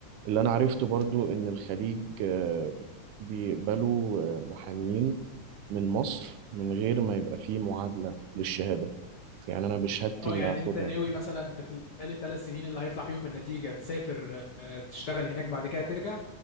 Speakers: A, on the right; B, on the left.
A: اللي أنا عرفته برضو إن الخليج آه، بيقبلوا آه، محامين من مصر من غير ما يبقى فيه معادلة للشهادة يعني أنا بشهادتي
B: اه
A: اللي
B: يعني
A: هاخدها
B: انت ناوي مثلا في خلال الثلاث سنين اللي هيطلع فيهم النتيجه تسافر آه، تشتغل هناك بعد كده ترجع